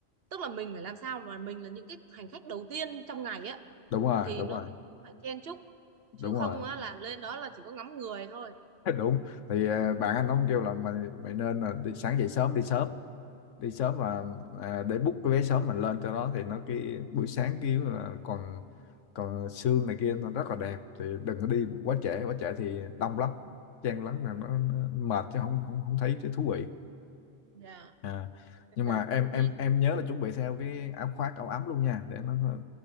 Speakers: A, on the right; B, on the left.
A: tức là mình phải làm sao mà mình là những cái hành khách đầu tiên trong ngày á
B: đúng rồi
A: thì
B: đúng
A: nó
B: rồi
A: mới phải chen chúc
B: đúng
A: chứ không
B: rồi
A: á là lên đó là chỉ có ngắm người thôi
B: <laughs> đúng thì ờ, bạn anh ông kêu là mày mày nên là đi sáng dậy sớm đi sớm đi sớm và à, để book cái vé sớm mình lên cho nó thì nó cái buổi sáng kiểu là còn còn sương này kia nó rất là đẹp thì đừng có đi quá trễ quá trễ thì đông lắm chen lấn là nó, nó mệt chứ không không không thấy chứ thú vị
A: Dạ
B: À, nhưng
A: là
B: mà em em
A: đi
B: em nhớ là chuẩn bị theo cái áo khoác áo ấm luôn nha để nó nó